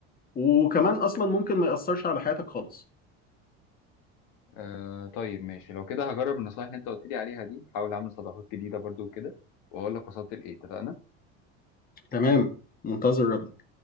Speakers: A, on the left; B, on the left.
A: وكمان اصلا ممكن ما ياثرش على حياتك خالص
B: آه طيب ماشي لو كده هجرب النصايح اللي أنت قلت لي عليها دي هحاول أعمل صداقات جديدة برضو وكده وهقول لك وصلت لإيه اتفقنا؟
A: تمام منتظر رد